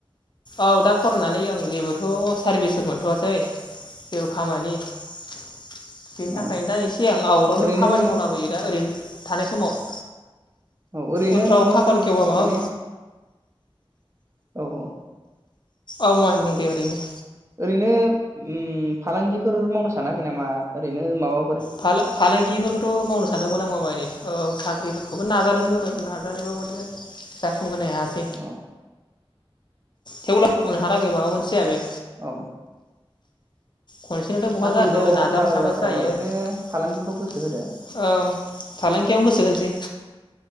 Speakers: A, on the left; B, on the right.
A: औ दा फरायनानै आं जेबो थ सारभिसफोर मोनथवासै <unintelligible> खामानि बेनि थाखायनो
B: औ
A: दा एसे आं आवटावनो
B: ओरैनो
A: खामानि मावलाबायो दा ओरैनो थानाय समाव
B: औ ओरैनो
A: उनफ्राव
B: नोङो
A: खाफाल खेवबा माबा
B: माने औ औ
A: अ मामाय बुं दे ओरैनो
B: ओरैनो ओम फालांगिफोर मावनो सानाखै नामा ओरैनो माबा
A: फालांग फालांगिफोरखौथ मावनो सानोमोन आं मामायऔ साख्रिफोरखौबो नाजा <unintelligible> <unintelligible> हायासै
B: औ
A: थेवब्लाबो
B: औ
A: <unintelligible> माबा मोनसे जाया बे।
B: औ
A: खनसेनोथ बहा
B: साख्रिफ्राव
A: जानो नाजाबाय
B: बारा
A: थाबासो
B: जाथाराबा
A: जायो
B: बिदिनो
A: औ
B: फालांगिफ्राव गोसो होदो
A: फालांगियावनो गोसो होनोसै।